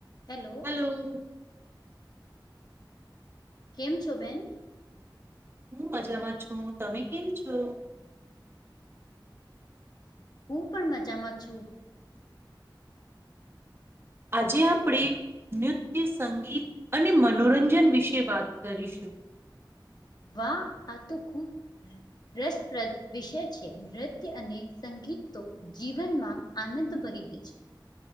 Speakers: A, on the left; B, on the right.
A: હેલો.
B: તો
A: કેમ છો બેેન.
B: હું મજામાં છું તમે કેમ છો.
A: હું પણ મજામાં છું.
B: આજે આપણે નૃત્ય સંગીત અને મનોરંજન વિશે વાત કરીશું.
A: વાહ આ તો ખૂબ રસપ્રદ વિષય છે નૃત્ય અને સંગીત તો જીવનમાં આનંદ ભરી દે છે.